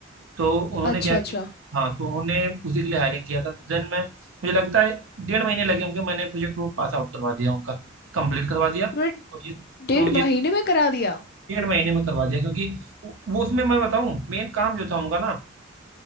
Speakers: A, on the right; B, on the left.
A: तो उन्होंने
B: अच्छा
A: क्या कि
B: अच्छा
A: हाँ तो उन्होंने उसी के लिए हायरिंग किया था तो देन मैं मुझे लगता है डेढ़ महीने लगे होंगे मैंने प्रोजेक्ट वो पास आउट करवा दिया उनका कंप्लीट करवा दिया
B: तुमने
A: और ये
B: डेढ़
A: तो जिस
B: महीने में करा दिया
A: डेढ़ महीने में करवा दिया क्योंकि वो वो उसमें मैं बताऊँ मेन काम जो था उनका ना